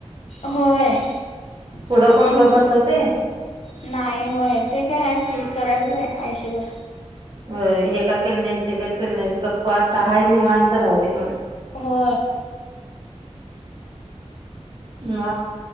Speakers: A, on the left (about 65°); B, on the right (about 45°).
A: होय
B: पुढं
A: आपण
B: कोण गबसवते.
A: नाही होय ते काय आहे की करायचं काय आयुष्यभर
B: हो एका केळ नाहीस एका केळ नाहीस गप्प आत्ता हा निवांतर राह दे.
A: हो.
B: ह